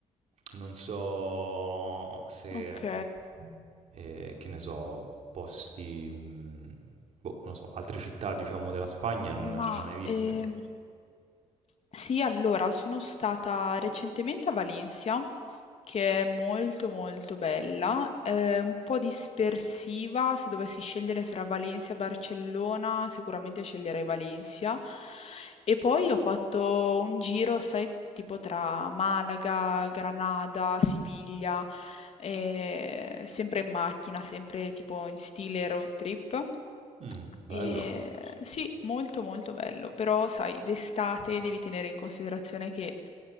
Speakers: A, on the right; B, on the left.
A: Non so se,
B: ok.
A: eh, che ne so, posti, mh, boh, non lo so, altre città, diciamo, della Spagna non, le-
B: Ma
A: non ne hai viste?
B: ehm, sì, allora sono stata recentemente a Valencia, che è molto molto bella, eh, un po' dispersiva, se dovessi scegliere fra Valencia e Barcellona, sicuramente sceglierei Valencia. E poi ho fatto un giro, sai, tipo tra Malaga, Granada, Siviglia, eh, sempre in macchina, sempre tipo in stile road trip.
A: Mm, bello.
B: E sì, molto molto bello, però sai, d'estate devi tenere in considerazione che